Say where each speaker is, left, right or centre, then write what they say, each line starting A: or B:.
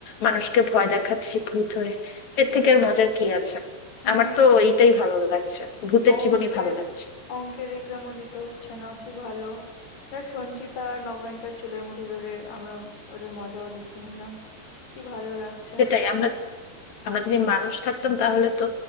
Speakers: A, on the left (about 50°); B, on the left (about 75°).
A: মানুষকে ভয় দেখাচ্ছি ভূত হয়ে এর থেকে আর মজার কি আছে
B: হুম
A: আমার তো এইটাই ভালো লাগছে ভূতের
B: অঙ্কের
A: জীবনই ভালো লাগছে
B: অঙ্কের এক্সামও দিতে হচ্ছে না কি ভালো দেখ সঞ্চিতা আর নবনীতার চুলের মুঠি ধরে আমরা ওদের মজাও দেখিয়ে নিলাম কি ভালো লাগছে
A: সেটাই আমরা আমরা যদি মানুষ থাকতাম তাহলে তো